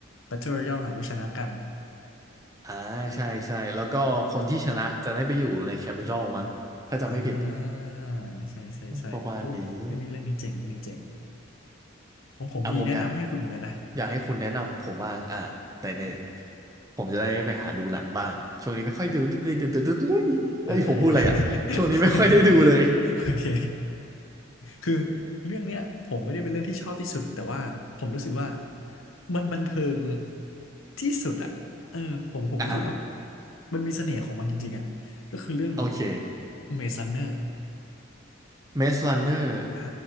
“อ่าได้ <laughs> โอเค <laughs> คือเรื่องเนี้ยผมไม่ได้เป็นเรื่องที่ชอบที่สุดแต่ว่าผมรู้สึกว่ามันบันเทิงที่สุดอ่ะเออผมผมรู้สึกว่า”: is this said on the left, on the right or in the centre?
Left